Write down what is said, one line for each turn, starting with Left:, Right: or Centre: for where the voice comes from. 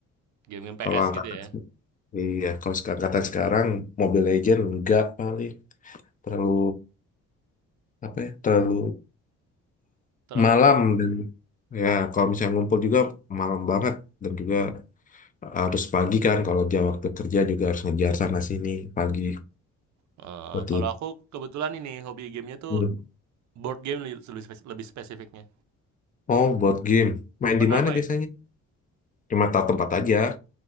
Right: Game-game PS
Left: Kalau angkatan
Right: gitu ya?
Left: iya, kalau sek- angkatan sekarang Mobile Legend enggak paling terlalu apa ya? Terlalu
Right: Terlalu
Left: malam
Right: apa?
Left: dan ya kalau misalnya ngumpul juga malam banget dan juga harus pagi kan kalau jam waktu kerja juga harus ngejar sana sini pagi
Right: Eee,
Left: seperti
Right: kalau
Left: itu.
Right: aku kebetulan ini hobi gamenya tuh
Left: Hmm.
Right: board game li lebih spes lebih spesifiknya.
Left: Oh, board game. Main
Right: Pernah
Left: di mana
Right: main?
Left: biasanya? Cuma tahu tempat aja.